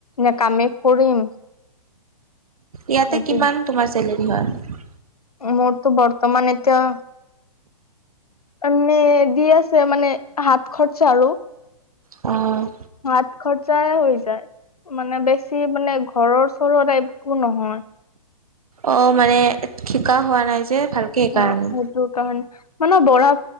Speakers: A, on the left; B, on the right.
A: নে কামে কৰিম <inaudible>
B: ইয়াতে
A: এইটো
B: কিমান তোমাৰ চেলেৰী হয়
A: মোৰতো বৰ্তমান এতিয়া মানে দি আছে মানে হাত খৰচা আৰু
B: অ'
A: হাত খৰচাই হৈ মানে বেছি মানে ঘৰৰ চৰৰত একো নহয়
B: অ' মানে শিকা হোৱা নাই যে ভালকে সেইকাৰণে।
A: অ' সেইটো কাৰণ মানে বৰা